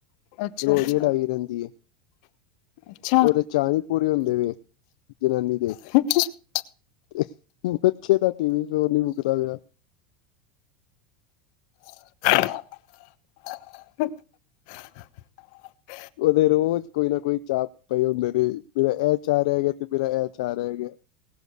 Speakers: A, on the left (about 60°); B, on the left (about 75°).
A: ਅੱਛਾ,
B: ਰੋਜ਼
A: ਅੱਛਾ,
B: ਲੜਾਈ ਰਹਿੰਦੀ ਐ।
A: ਅੱਛਾ
B: ਉਹਦੇ ਚਾਅ ਨੀ ਪੂਰੇ ਹੁੰਦੇ ਵੇ, ਜਨਾਨੀ ਦੇ।
A: <unintelligible> ਕਿ
B: ਅ੍ਹ, ਬੱਚੇ ਦਾ ਟੀਵੀ, ਫੋਨ ਨੀ ਮੁਕਦਾ ਪਿਆ।
A: <inaudible>
B: ਉਹਦੇ ਰੋਜ਼ ਕੋਈ ਨਾ ਕੋਈ ਚਾਹ ਪਏ ਹੁੰਦੇ ਨੇ, ਮੇਰਾ ਇਹ ਚਾਹ ਰਹਿ ਗਿਆ ਤੇ ਮੇਰਾ ਇਹ ਚਾਹ ਰੇਹ ਗਿਆ,